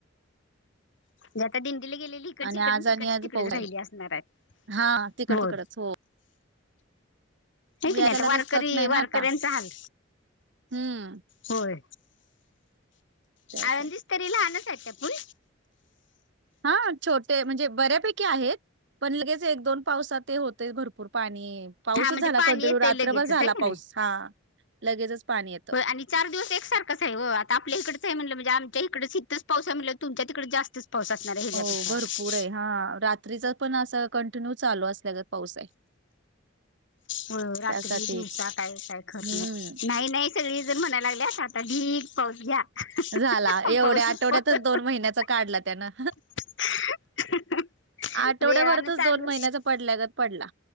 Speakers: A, on the left; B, on the right.
A: जे आता दिंडीला गेलेली इकडची
B: आणि
A: इकड
B: आज
A: आण
B: आणि
A: तिकडची
B: आज
A: तिकडंच
B: पाऊस
A: राहिली
B: आहे.
A: असणार आहेत
B: हा तिकड
A: होय.
B: तिकडच हो
A: हाय की
B: याजायला
A: नाही आता वारकरी
B: रस्ताच नाही ना
A: वारकऱ्यांचा
B: आता
A: हाल.
B: हम्म.
A: होय
B: त्यासाठी
A: आळंदीच तरी लहानचं आहे काय पूल.
B: हा छोटे म्हणजे बऱ्यापैकी आहेत. पण लगेच एक दोन पावसात ते होतेयचं भरपूर पाणी पाऊसच
A: हा म्हणजे
B: झाला
A: पाणी
B: कंटिन्यू
A: येतंय
B: रात्रभर
A: लगेचच
B: झाला
A: आहे का
B: पाऊस
A: नाही
B: हा लगेचच पाणी येत.
A: ती चार दिवस एकसारखाच आहे ओ आता आपल्या इकडचं आहे म्हणलं म्हजे आमच्या इकडेच इथंच पाऊस आहे म्हणल्यावर तुमच्या तिकडं जास्त पाऊस असणारयं ह्यज्यापेक्षा.
B: हो भरपूर आहे हा रात रात्रीचा पण असा कंटिन्यू चालू असल्यागत पाऊस आहे.
A: होय होय रात्री
B: त्यासाठीच
A: दिवसा काय काय खरच
B: हम्म
A: नाही नाही नाही. सगळीजणं म्हणाय लागल्यात आता ही पाऊस घ्या अ हं हं
B: झाला
A: हं
B: एवढ्या
A: हं पाऊसंच
B: आठवड्यातच
A: प अ हं
B: दोन
A: हं.
B: महिन्याचा काढला त्यानं
A: अ हं हं.
B: आठवड्याभरातच
A: वेळानं चालू
B: दोन महिन्याचा पडल्यागत पडला.